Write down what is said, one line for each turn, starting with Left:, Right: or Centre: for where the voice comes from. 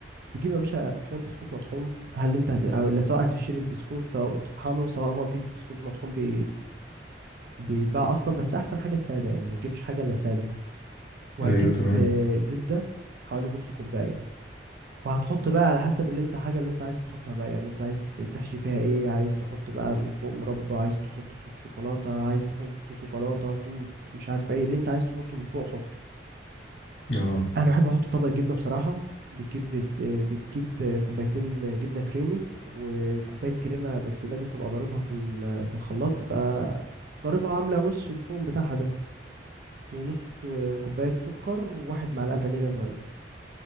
Right: بتجيب يا باشا شويه بسكوت مطحون هل انت هت... أو لا سواء هتشتري بسكوت سواء وتطحنه سواء هو في بسكوت مطحون بي... بيتباع اصلا بس احسن حاجه الساده يعني ما تجيبش حاجه الا ساده وهتجيب
Left: أيوه تمام
Right: آه، زبده حوالي نص كوبايه وهتحط بقى على حسب اللي انت حاجة اللي انت عايز تحطها بقى يعني انت عايز ت- تحشي فيها ايه عايز تحط بقى من فوق مربى عايز تحط صوص شوكولاتة عايز تحط شوكولاتة توت مش عارف ايه اللي انت عايز تحطه من فوق حطه
Left: اه
Right: انا بحب احط طبق جبنة بصراحة بتجيب بت- بتجيب كوبايتين جبنة كريمي وكوباية كريمة بس لازم تبقى ضاربها في ال- في الخلاط تبقى ضاربها عاملة وش الفوم بتاعها ده ونص كوباية سكر وواحد معلقة فانيليا صغير